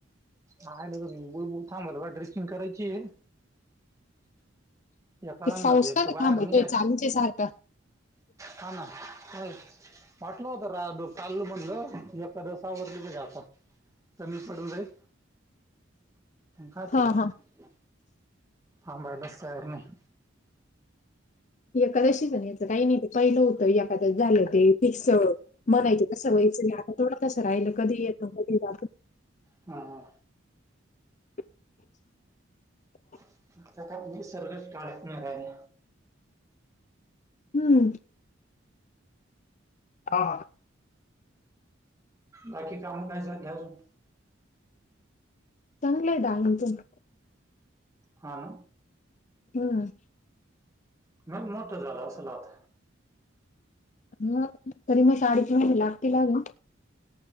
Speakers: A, on the right (about 15°); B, on the left (about 35°).
A: आहे ना का मी बुळबुल थांबल बा ड्रेसिंग करायचीय या कळगनाच
B: ते पावसात
A: एक तर बाहेर
B: थांबतोय
A: निघाय,
B: चालूच आहे सारखा.
A: हा ना काय वाटलं होत राव काल म्हणलं, एखादस आवरली म्हणजे आता कमी पडून जाईल खायचं
B: हा
A: काय,
B: हा
A: थांबायला तयार नाही
B: एकाद्शीच अन् ह्याच काही नाही ते पहिलं होतं एखादच झालं ते फिक्स म्हणायच कसं वयचं नाही आता थोडं तसं राहिलं कधी येत कधी जातं
A: हा हा.
B: <unintelligible>
A: <unintelligible> निसर्ग काळत नाही हाय
B: हम्म. हां
A: बाकी काम काय <unintelligible>
B: चांगलय दहा मिनिट
A: हां
B: हम्म.
A: मग मोठं झालं असंल आत?
B: मग तरी शाळेचा माहिती लागल ना?